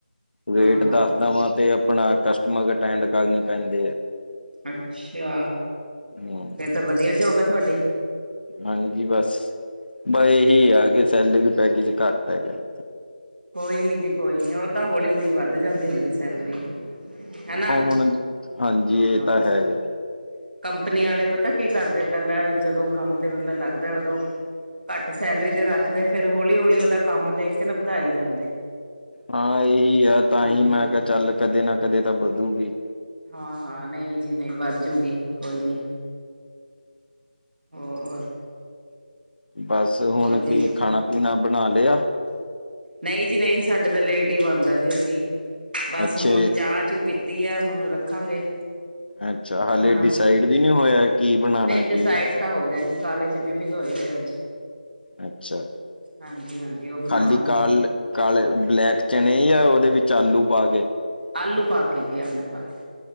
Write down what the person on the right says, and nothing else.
ਹਾਂ
ਅੱਛਾ!
ਫਿਰ ਤਾਂ ਵਧੀਆ ਜੋਬ ਹੈ ਤੁਹਾਡੀ।
ਕੋਈ ਨੀ ਜੀ ਕੋਈ ਨੀ ਉਹ ਤਾਂ ਹੌਲੀ ਹੌਲੀ ਵੱਧ ਜਾਂਦੀ ਹੁੰਦੀ ਸੈਲਰੀ। ਹਨਾ
ਹਾਂ
ਕੰਪਨੀ ਵਾਲੇ ਪਤਾ ਕੀ ਕਰਦੇ ਪਹਿਲਾਂ ਜਦੋਂ ਕੰਮ ਤੇ ਬੰਦਾ ਲੱਗਦਾ ਉਦੋਂ ਘੱਟ ਸੈਲਰੀ ਤੇ ਰੱਖਦੇ ਫਿਰ ਹੌਲੀ-ਹੌਲੀ ਉਹਦਾ ਕੰਮ ਦੇਖ ਕੇ ਨਾ ਵਧਾਈ ਜਾਂਦੇ।
ਹੂੰ
ਹਾਂ-ਹਾਂ ਨਹੀਂ ਜੀ-ਨਹੀਂ ਵੱਧ ਜੂਗੀ ਕੋਈ ਨੀ। ਹੋਰ
ਹੋਰ ਜੀ
ਨਹੀਂ ਜੀ-ਨਹੀਂ ਸਾਡੇ ਤਾਂ ਲੇਟ ਹੀ ਬਣਦਾ ਜੀ ਅਸੀਂ ਬਸ
ਹੁਣ ਚਾਹ ਚੂ ਪੀ ਤੀ ਏ ਹੁਣ ਰੱਖਾਂਗੇ।
ਖਾਣਾ
ਡਿਸਾਈਡ
ਤਾਂ ਹੋ ਗਿਆ ਜੀ। ਕਾਲੇ ਚਨੇ ਭਿਗੋਏ ਹੋਏ ਅੱਜ।
ਹਾਂਜੀ-ਹਾਂਜੀ ਉਹ ਬਣਾਵਾਂਗੇ।
ਆਲੂ ਪਾ ਕੇ ਵੀ ਆਲੂ ਪਾ ਕੇ।